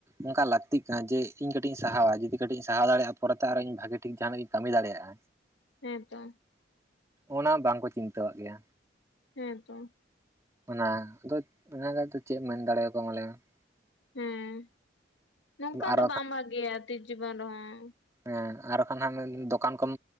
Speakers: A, on the right; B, on the left.
A: ᱚᱱᱠᱟ ᱞᱟᱹᱠᱛᱤᱜ ᱠᱟᱱᱟ ᱡᱮ ᱤᱧ ᱠᱟᱹᱴᱤᱡ ᱥᱟᱦᱟᱣᱟ, ᱡᱩᱫᱤ ᱠᱟᱹᱴᱤᱡ ᱤᱧ ᱥᱟᱦᱟᱣ ᱫᱟᱲᱮᱭᱟᱜᱼᱟ ᱯᱚᱨᱮᱛᱮ ᱟᱨᱦᱚ ᱤᱧ ᱵᱷᱟᱹᱜᱤ ᱴᱷᱤᱠ ᱡᱟᱦᱟᱱᱟᱜ ᱤᱧ ᱠᱟᱹᱢᱤ ᱫᱟᱲᱮᱭᱟᱜᱼᱟ᱾
B: ᱦᱮᱸ ᱛᱚ
A: ᱚᱱᱟ ᱵᱟᱝᱠᱚ ᱪᱤᱱᱛᱟᱹᱣᱟᱜ ᱜᱮᱭᱟ᱾
B: ᱦᱮᱸ ᱛᱚ
A: ᱚᱱᱟ ᱫᱚ, ᱚᱱᱟ ᱫᱚ ᱮᱱᱛᱮ ᱪᱮᱫ ᱮᱢ ᱢᱮᱱ ᱫᱟᱲᱮ ᱟᱠᱚᱣᱟ ᱢᱟ ᱞᱮᱹᱭ ᱢᱮ ᱾
B: ᱦᱮᱸ ᱱᱚᱝᱠᱟ
A: ᱢᱮ ᱟᱨ
B: ᱫᱚ ᱵᱟᱝ ᱵᱷᱟᱜᱮᱭᱟ ᱛᱤᱥ ᱡᱤᱵᱚᱱ ᱨᱮᱦᱚᱸ᱾
A: ᱦᱮᱸ ᱟᱨ ᱠᱷᱟᱱ ᱦᱟᱸᱜ ᱫᱚᱠᱟᱱ ᱠᱚᱢ